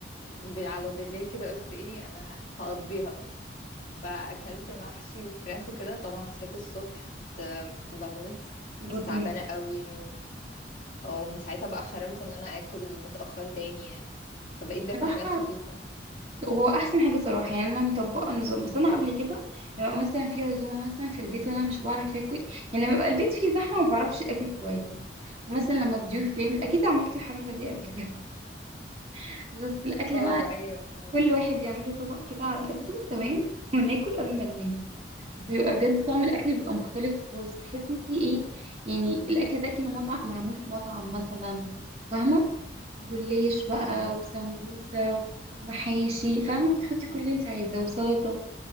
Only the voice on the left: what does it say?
ب- على بالليل كده قلت ايه انا ه- هقضيها بقى فاكلت محشي وفراخ وكده طبعا صحيت الصبح كنت بموت
كنت تعبانه قوي ومن ساعتها بقى حرمت ان انا اكل متأخر تاني يعني فبقيت باكل
حاجات خفيفة
اه
ايوه فعلا
مم.